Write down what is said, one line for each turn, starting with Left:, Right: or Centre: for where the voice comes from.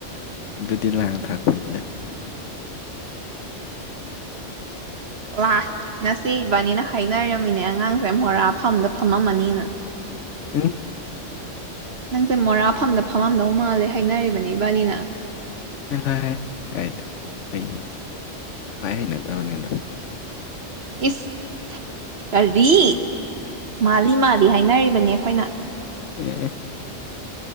Left: ꯑꯗꯨꯗꯤ ꯂꯥꯡ ꯊꯥꯛꯄꯅꯤꯗ
Right: ꯋꯥꯍ ꯉꯁꯤ ꯏꯕꯥꯅꯤꯅ ꯍꯥꯏꯅꯔꯝꯃꯤꯅꯦ ꯑꯉꯥꯡꯁꯦ ꯃꯣꯔꯥ ꯐꯝꯗ ꯐꯝꯃꯝꯃꯅꯤꯅ
Left: ꯑ
Right: ꯅꯪꯁꯦ ꯃꯣꯔꯥꯐꯝꯗ ꯐꯝꯃꯝꯗꯧ ꯃꯥꯜꯂꯦ ꯍꯥꯏꯅꯔꯤꯕꯅꯦ ꯏꯕꯥꯅꯤꯅ
Left: ꯐꯩꯅ ꯈ ꯍꯩꯅꯗꯕꯅꯤ ꯑꯗꯣ
Right: ꯏꯁ ꯀꯔꯤ ꯃꯥꯜꯂꯤ ꯃꯥꯜꯂꯤ ꯍꯥꯏꯅꯔꯤꯕꯅꯦ ꯑꯩꯈꯣꯏꯅ
Left: ꯎ